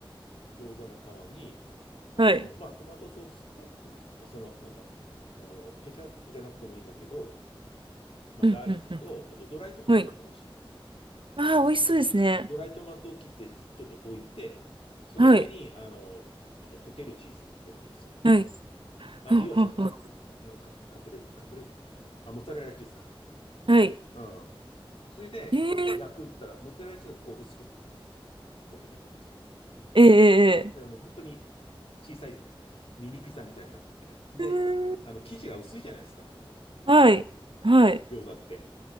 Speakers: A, on the left (about 85°); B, on the right (about 65°).
A: 餃子の皮に、あの、
B: はい。
A: まあ、トマトソースか、あと、その、なんだ、あの、ケチャップじゃなくてもいいんだけど、まあ、
B: うんうんうん。
A: ガーリックと、あとドライトマトでも美味しい。
B: はい。ああ、美味しそうですね。
A: ドライトマトを切ってちょ、ちょっと置いて、その上に、
B: はい。
A: あの、あの、溶けるチーズでもいいですよ。
B: はい。
A: あるいはそのカップの、
B: ははは
A: カップ、カプレーゼ、カプレーゼだっけあ、モッツァレラチーズか。
B: はい。
A: うん。それで、
B: えー、
A: 焼くったら、モッツァレラチーズがこう薄く溶けていくんですよ。
B: えー、えーえ
A: で、もう本当に小さいミニピザみたいになってる。で、
B: ーう
A: あの、生地が薄いじゃないですか、あの、
B: ーんはい。はい。
A: 餃子って。